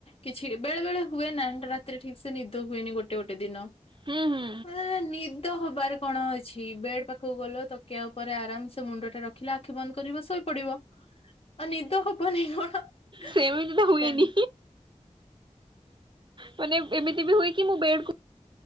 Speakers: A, on the left; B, on the right.
A: କିଛି ବେଳେ ବେଳେ ହୁଏ ନା ରାତିରେ ଠିକ ଏ ନିଦ ହୁଏନି ଗୋଟେ ଗୋଟେ ଦିନ
B: ହୁଁ ହୁଁ ହୁଁ
A: ମତେ ତ ନିଦ ହବାର କଣ ଅଛି ବେଡ ପାଖକୁ ଗଲ ତକିଆ ଉପରେ ଆରାମସ ମୁଣ୍ଡ ଟା ରଖିଲ ଆଖି ବନ୍ଦ କରିବ ଶୋଇପଡିବ। ଆ ନିଦ ହବନେଇ କଣ ସେ
B: ସେମିତି ତ ହୁଏନି। ମାନେ ଏମିତି ବି ହୁଏ କି ମୁଁ ବେଡ କୁ